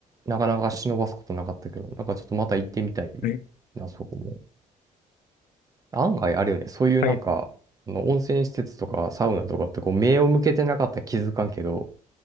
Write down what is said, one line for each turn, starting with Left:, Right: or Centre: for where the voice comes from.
Right: なかなか忍ばすことなかったけど、なんかちょっとまた行ってみたい
Left: はい。
Right: な、そこも。案外あるよね。そういうなんか、
Left: はい。
Right: あの温泉施設とかサウナとかってこう目を向けてなかったら気づかんけど、